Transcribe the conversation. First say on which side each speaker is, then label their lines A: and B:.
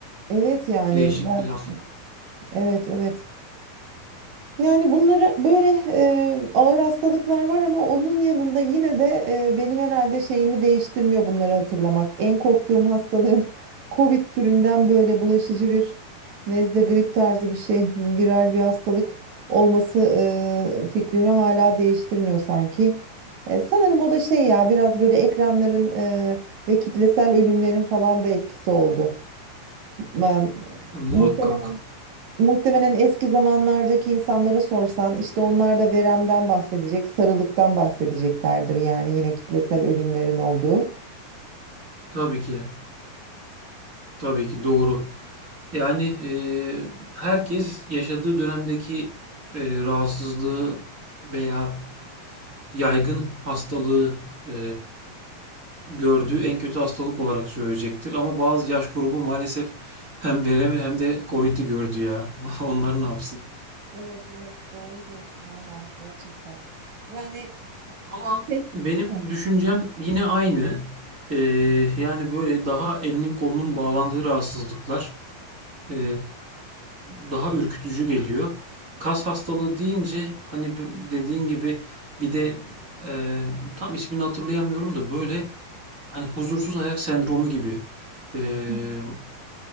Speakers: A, on the right; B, on the right.
A: evet yani
B: Değişik
A: ben
B: bir laf.
A: evet evet Yani bunları böyle e, ağır hastalıklar var ama onun yanında yine de e, benim herhalde şeyimi değiştirmiyor bunları hatırlamak. En korktuğum hastalığın <laughs> Covid türünden böyle bulaşıcı bir nezle grip tarzı bir şey, viral bir hastalık olması e, fikrimi hala değiştirmiyor sanki. E, sanırım o da şey ya biraz böyle ekranların e, ve kitlesel ölümlerin falan da etkisi oldu. Ma-
B: E, muhakkak.
A: Muhtemelen. Muhtemelen eski zamanlardaki insanlara sorsan işte onlar da veremden bahsedecek, sarılıktan bahsedeceklerdir. Yani yine kitlesel ölümlerin olduğu.
B: Tabii ki. Tabii ki doğru. Yani e, herkes yaşadığı dönemdeki e, rahatsızlığı veya yaygın hastalığı e, gördüğü en kötü hastalık olarak söyleyecektir. Ama bazı yaş grubu maalesef hem veremi hem de Covid'i gördü ya. <laughs> Onlar ne yapsın?
A: Evet evet doğru diyorsun valla gerçekten. Yani
B: Ama
A: Şey-
B: benim
A: Hı.
B: düşüncem yine aynı. Ee, yani böyle daha elinin kolunun bağlandığı rahatsızlıklar ee, daha ürkütücü geliyor. Kas hastalığı deyince hani bu- dediğin gibi bir de ee, tam ismini hatırlayamıyorum da böyle hani huzursuz ayak sendromu gibi ee,
A: Hı.